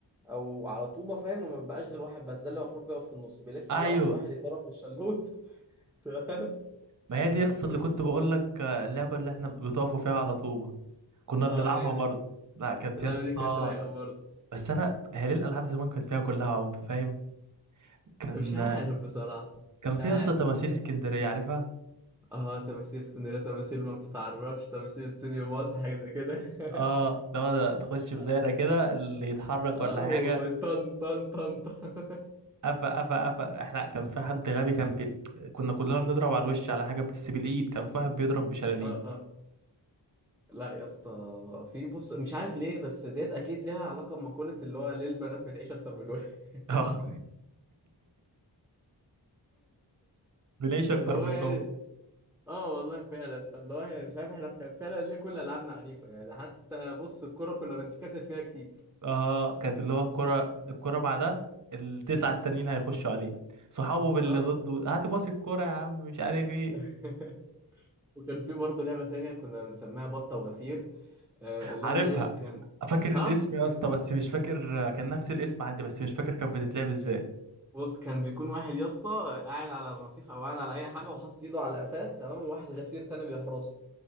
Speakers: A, in the centre; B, on the right.
A: أو على طوبة فاهم وما بيبقاش غير واحد بس ده اللي المفروض بيقف في النص بيلف
B: ايوه
A: على واحد واحد يتضرب بالشلوط <laughs> تمام
B: ما هي دي اصل
A: ويقوم
B: اللي كنت بقول لك آه، اللعبه اللي احنا بتقفوا فيها على طوبه كنا
A: اه
B: بنلعبها
A: يعني
B: برضه لا كانت
A: اللعبة
B: يا اسطى
A: دي كانت رايقة برضه
B: بس انا هي ليه الالعاب زمان كانت فيها كلها عنف فاهم كان
A: مش عارف بصراحة
B: كان
A: مش
B: فيها
A: عارف
B: يا اسطى تماثيل اسكندريه عارفها
A: اه تماثيل اسكندرية تماثيل ما بتتعرفش تماثيل استوديو مصر حاجة زي كده <laughs>
B: اه لو ده تخش في
A: اه
B: دايره كده اللي يتحرك
A: آه،
B: ولا حاجه
A: طن طن طن طن <laughs>
B: قفا قفا قفا احنا كان في حد غبي كان بي... كنا كلنا بنضرب على الوش على حاجه بس بالايد كان في واحد بيضرب بشلاليه
A: اه اه لا يا اسطى في بص مش عارف ليه بس ديت اكيد ليها علاقة بمقولة اللي هو ليه البنات بتعيش اكتر من الولد <laughs>
B: اه <laughs> بنعيش
A: فاللي
B: اكتر
A: هو
B: منهم
A: يعني اه والله فعلا فاللي هو يعني مش عارف احنا كان فعلا ليه كل العابنا عنيفة يعني حتى بص الكورة كنا بنتكسب فيها كتير
B: اه كانت اللي هو الكرة الكرة مع ده التسعة التانيين هيخشوا عليه صحابه باللي
A: اه
B: ضده هات باصي الكرة يا عم مش عارف ايه
A: <laughs> وكان في برضه لعبة تانية كنا بنسميها بطة وغفير آه، اللعبة
B: عارفها
A: ديت كان
B: فاكر
A: صح
B: الاسم يا اسطى بس مش فاكر كان نفس الاسم عندي بس مش فاكر كانت بتتلعب ازاي
A: بص كان بيكون واحد يا اسطى قاعد على الرصيف او قاعد على اي حاجة وحاطط ايده على قفاه تمام وواحد غفير تاني بيحرسه